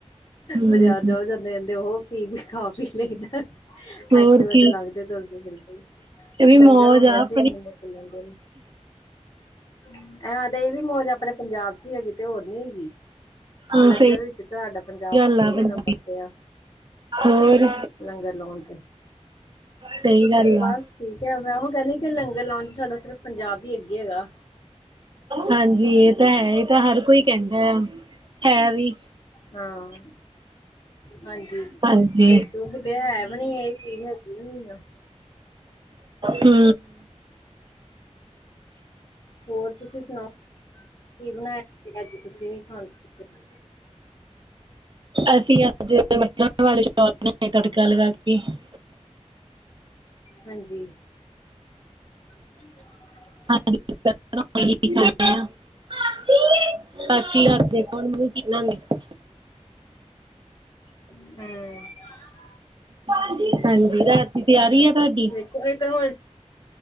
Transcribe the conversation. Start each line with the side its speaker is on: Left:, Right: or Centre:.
Right: ਹਮ
Left: ਬਜ਼ਾਰ ਜਾਓ ਜਦ ਦੇਂਦੇ ਉਹ। ਫੇ ਵੀ ਖਾ ਪੀ ਲਈਦਾ
Right: ਹੋਰ
Left: ਐਕਟਿਵਾ
Right: ਕੀ
Left: ਤੇ ਲੰਘਦੇ ਤੁਰਦੇ ਫਿਰਦੇ।
Right: ਇਹ ਵੀ
Left: ਲੰਗਰ
Right: ਮੌਜ
Left: ਹੁਣ ਵੈਸੇ
Right: ਆ ਆਪਣੀ
Left: ਇੰਨੇ ਮੁਕ ਲੈਂਦੇ ਨੇ। <unintelligible> ਇਨਾ ਦੇ ਏ ਵੀ ਮੌਜ ਆ ਆਪਣੇ ਪੰਜਾਬ ਚ ਹੀ ਹੈਗੀ ਤੇ ਹੋਰ ਨੀ ਹੈਗੀ।
Right: ਹਾਂ
Left: ਲੰਗਰ
Right: ਸਹੀ
Left: ਵਿੱਚ ਤੁਹਾਡਾ ਪੰਜਾਬ
Right: ਗੱਲ
Left: ਵੀ ਪੁਲ੍ਹੇ
Right: ਆ ਪੰਜਾਬ
Left: ਨੰਬਰ ਤੇ ਆ।
Right: ਹੋਰ,
Left: ਲੰਗਰ ਲਾਉਣ ਚ
Right: ਸਈ ਗੱਲ
Left: ਬਸ
Right: ਆ।
Left: ਠੀਕ ਹੈ ਮੈਂ ਉਹ ਕਹਿਨੀ ਕਿ ਲੰਗਰ ਲਾਉਣ ਚ ਸਾਡਾ ਸਿਰਫ ਪੰਜਾਬ ਹੀ ਅੱਗੇ ਹੈਗਾ।
Right: ਹਾਂਜੀ ਏ ਤਾਂ ਹੈ ਈ ਏ ਤਾਂ ਹਰ ਕੋਈ ਕਹਿੰਦਾ ਆ ਹੈ ਵੀ।
Left: ਹਾਂ ਹਾਂਜੀ
Right: ਹਾਂਜੀ
Left: ਚੁੱਕ ਤੇ ਹੈ ਵੀ ਨੀ ਏ, ਏ ਚੀਜ਼ ਹੈਗੀ ਵੀ ਨੀ ਏ।
Right: ਹੂੰ
Left: ਹੋਰ ਤੁਸੀਂ ਸੁਣਾਓ ਕੀ ਬਣਾਇਆ ਸੀਗਾ ਅੱਜ ਤੁਸੀਂ ਵੀ ਖਾਣ ਪੀਣ ਚ।
Right: ਅਸੀਂ ਅੱਜ ਵਾਲੇ ਸ਼ ਤੜਕਾ ਲਗਾ ਕੇ। <unintelligible>
Left: ਹਾਂਜੀ ਹ। <unintelligible>
Right: ਹ ਖਣਾ। <unintelligible> ਬਾਚੀ ਹੱਸਦੇਖਣ ਮ ਕਹਿਣਾਗੇ। <unintelligible>
Left: ਹਮ।
Right: ਹਾਂਜੀ ਰਾਤ ਦੀ ਤਿਆਰੀ ਆ ਤੁਹਾਡੀ।
Left: ਕੋ ਹੋਣ।